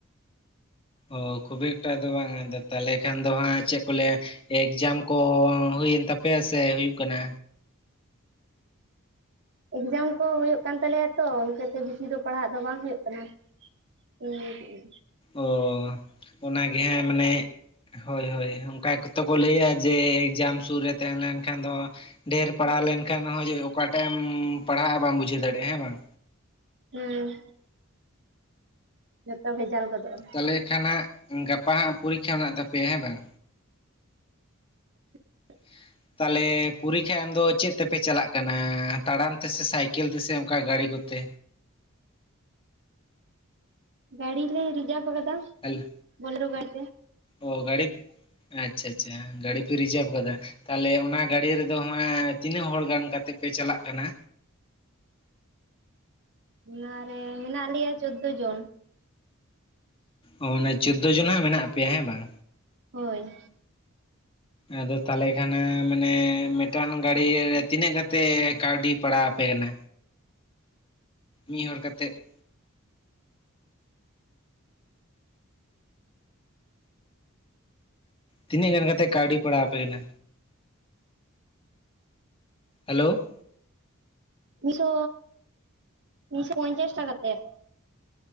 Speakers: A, on the left; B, on the right.
A: ᱚ ᱠᱷᱩᱵᱤ ᱮᱠᱴᱟ ᱫᱚ ᱵᱟᱝᱟ ᱟᱫᱚ ᱛᱟᱦᱚᱞᱮ ᱠᱷᱟᱱ ᱫᱚ ᱦᱟᱸᱜ ᱪᱮᱫ ᱠᱚ ᱞᱟᱹᱭᱟᱼᱼ ᱮᱠᱡᱟᱢ ᱠᱚ ᱦᱩᱭᱮᱱ ᱛᱟᱯᱮᱭᱟ ᱥᱮ ᱦᱩᱭᱩᱜ ᱠᱟᱱᱟ᱾
B: ᱮᱠᱡᱟᱢ ᱠᱚ ᱦᱩᱭᱩᱜ ᱠᱟᱱ ᱛᱟᱞᱮᱭᱟ ᱛᱚ ᱤᱱᱠᱟᱹᱛᱮ ᱵᱮᱥᱤ ᱫᱚ ᱯᱟᱲᱦᱟᱜ ᱫᱚ ᱵᱟᱝ ᱦᱩᱭᱩᱜ ᱠᱟᱱᱟ᱾ ᱦᱮᱸ
A: ᱚ ᱚᱱᱟᱜᱮ ᱦᱟᱸᱜ ᱢᱟᱱᱮ ᱦᱳᱭ ᱦᱳᱭ ᱚᱱᱠᱟ ᱜᱮᱛᱚ ᱠᱚ ᱞᱟᱹᱭᱟ ᱡᱮ ᱮᱠᱡᱟᱢ ᱥᱩᱨ ᱨᱮ ᱛᱟᱦᱮᱸ ᱞᱮᱱᱠᱷᱟᱱ ᱫᱚ ᱰᱷᱮᱨ ᱯᱟᱲᱦᱟᱣ ᱞᱮᱱᱠᱷᱟᱱ ᱦᱚᱸ ᱡᱮ ᱚᱠᱟᱴᱟᱜ ᱮᱢ ᱯᱟᱲᱦᱟᱜᱼᱟ ᱵᱟᱢ ᱵᱩᱡᱷᱟᱹᱣ ᱫᱟᱲᱮᱭᱟᱜᱼᱟ ᱦᱮᱸ ᱵᱟᱝ᱾
B: ᱦᱩᱸ ᱡᱚᱛᱚ ᱵᱷᱮᱡᱟᱞ ᱜᱚᱫᱚᱜᱼᱟ᱾
A: ᱛᱟᱦᱚᱞᱮ ᱠᱷᱟᱱ ᱦᱟᱸᱜ ᱜᱟᱯᱟ ᱦᱟᱸᱜ ᱯᱚᱨᱤᱠᱠᱷᱟ ᱢᱮᱱᱟᱜ ᱛᱟᱯᱮᱭᱟ ᱦᱮᱸ ᱵᱟᱝ᱾
B: <inaudible>
A: <unintelligible> ᱛᱟᱦᱚᱞᱮ ᱯᱚᱨᱤᱠᱠᱷᱟ ᱮᱢ ᱫᱚ ᱪᱮᱫ ᱛᱮᱯᱮ ᱪᱟᱞᱟᱜ ᱠᱟᱱᱟ ᱛᱟᱲᱟᱢ ᱛᱮᱥᱮ ᱥᱟᱭᱠᱮᱞ ᱛᱮᱥᱮ ᱚᱱᱠᱟ ᱜᱟᱹᱲᱤ ᱠᱚᱛᱮ᱾
B: ᱜᱟᱲᱤ ᱞᱮ ᱨᱤᱡᱟᱵᱽ ᱟᱠᱟᱫᱟ
A: ᱦᱮᱞᱳ
B: ᱵᱳᱞᱮᱨᱳ ᱜᱟᱲᱤ ᱛᱮ᱾
A: ᱚ ᱜᱟᱲᱤ ᱟᱪᱪᱷᱟ ᱟᱪᱪᱷᱟ ᱜᱟᱹᱲᱤ ᱯᱮ ᱨᱤᱡᱟᱵᱷ ᱟᱠᱟᱫᱟ᱾ ᱛᱟᱦᱚᱞᱮ ᱚᱱᱟ ᱜᱟᱹᱲᱤ ᱨᱮᱫᱚ ᱦᱟᱸᱜ ᱛᱤᱱᱟᱹᱜ ᱦᱚᱲ ᱜᱟᱱ ᱠᱟᱛᱮᱜ ᱯᱮ ᱪᱟᱞᱟᱜ ᱠᱟᱱᱟ?
B: ᱚᱱᱟᱨᱮ ᱢᱮᱱᱟᱜ ᱞᱮᱭᱟ ᱪᱳᱫᱫᱳ ᱡᱚᱱ᱾
A: ᱚ ᱚᱱᱮ ᱪᱳᱫᱽᱫᱳ ᱡᱚᱱ ᱦᱟᱸᱜ ᱢᱮᱱᱟᱜ ᱯᱮᱭᱟ ᱦᱮᱸ ᱵᱟᱝ᱾
B: ᱦᱳᱭ
A: ᱟᱫᱚ ᱛᱟᱦᱚᱞᱮ ᱠᱷᱟᱱ ᱢᱟᱱᱮ ᱢᱤᱫᱴᱟᱝ ᱜᱟᱹᱲᱤ ᱛᱤᱱᱟᱹᱜ ᱠᱟᱛᱮ ᱠᱟᱹᱣᱰᱤ ᱯᱟᱲᱟᱣ ᱟᱯᱮ ᱠᱟᱱᱟ᱾ ᱢᱤᱫ ᱦᱚᱲ ᱠᱟᱛᱮᱫ᱾ ᱛᱤᱱᱟᱹᱜ ᱜᱟᱱ ᱠᱟᱛᱮᱫ ᱠᱟᱹᱣᱰᱤ ᱯᱟᱲᱟᱣ ᱟᱯᱮ ᱠᱟᱱᱟ? ᱦᱮᱞᱳ
B: ᱢᱤᱫᱥᱳ ᱢᱤᱫᱥᱳ ᱯᱚᱧᱪᱟᱥ ᱴᱟᱠᱟ ᱠᱟᱛᱮᱫ᱾